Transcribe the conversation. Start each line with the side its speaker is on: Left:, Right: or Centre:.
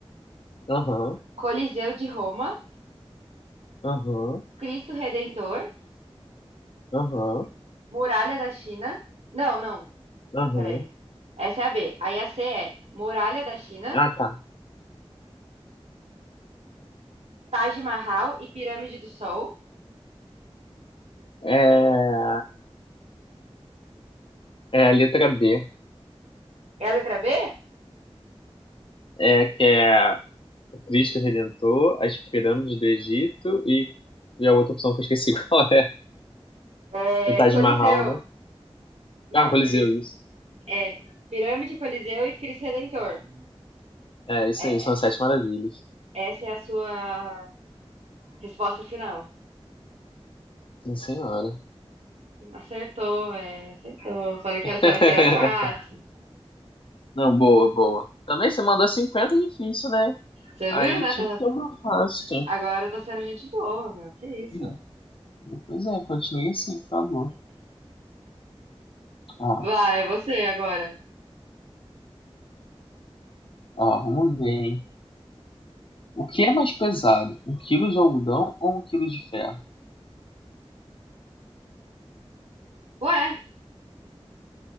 Left: Aham,
Right: Coliseu de Roma,
Left: aham,
Right: Cristo Redentor,
Left: aham,
Right: Muralha da China. Não, não.
Left: aham.
Right: Peraí. Essa é a B. Aí a C é Muralha da China,
Left: Ah, tá.
Right: Taj Mahal e Pirâmide do Sol.
Left: É, é a letra B,
Right: É a letra B?
Left: é, que é Cristo Redentor, as pirâmides do Egito e, e a outra opção que eu esqueci <laughs> qual é.
Right: É
Left: O Taj
Right: Coliseu.
Left: Mahal, né?
Right: Não,
Left: Ah, o Coliseu,
Right: Coliseu.
Left: isso.
Right: É Pirâmide, Coliseu e Cristo Redentor.
Left: É, isso
Right: É,
Left: aí, são as sete maravilhas.
Right: essa é a sua resposta final.
Left: Sim, senhora.
Right: Acertou, velho. Acertou. Falei que era,
Left: <laughs>
Right: só- que era fácil.
Left: Não, boa, boa. Também você mandou 50 difícil, né?
Right: Você
Left: Aí
Right: viu, né?
Left: tinha
Right: Tá-
Left: que ter uma fácil.
Right: Agora eu tô sendo gente boa, meu. Que isso?
Left: Hum, Pois é, continue assim, por favor. Ó,
Right: Vai, você agora.
Left: ó, vamos ver, hein? O que é mais pesado? Um quilo de algodão ou um quilo de ferro?
Right: Ué,